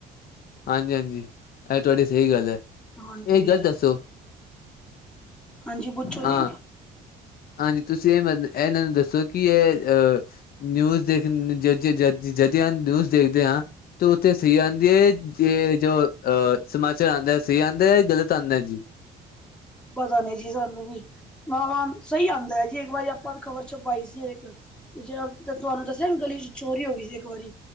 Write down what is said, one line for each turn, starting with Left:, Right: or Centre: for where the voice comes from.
Left: ਹਾਂਜੀ-ਹਾਂਜੀ ਇਹ ਤੁਹਾਡੀ ਸਹੀ ਗੱਲ ਹੈ
Centre: ਹਾਂਜੀ
Left: ਇਹ ਗੱਲ ਦੱਸੋ
Centre: ਹਾਂਜੀ ਪੁੱਛੋ
Left: ਹਾਂ
Centre: ਜੀ
Left: ਹਾਂਜੀ ਤੁਸੀਂ ਇਹ ਮ ਇਹਨਾਂ ਨੂੰ ਦੱਸੋ ਕਿ ਇਹ ਅਹ ਨਿਊਜ਼ ਦੇਖ ਜ ਜਦੀ ਨਿਊਜ਼ ਦੇਖਦੇ ਹਾਂ ਤੇ ਉੱਥੇ ਸਹੀ ਆਂਦੀ ਹੈ ਇਹ ਜੋ ਅਹ ਸਮਾਚਾਰ ਆਉਂਦਾ ਸਹੀ ਆਉਂਦਾ ਹੈ ਗ਼ਲਤ ਆਉਂਦਾ ਜੀ
Centre: ਪਤਾ ਨਹੀਂ ਜੀ ਸਾਨੂੰ ਵੀ ਹ ਸਹੀ ਆਉਂਦਾ ਜੀ ਇੱਕ ਵਾਰੀ ਆਪਾਂ ਵੀ ਖ਼ਬਰ ਛੁਪਾਈ ਸੀ ਇੱਕ ਜਿਹੜਾ ਤੁਹਾਨੂੰ ਦੱਸਿਆ ਗਲੀ ਚ ਚੋਰੀ ਹੋ ਗਈ ਸੀ ਇੱਕ ਵਾਰੀ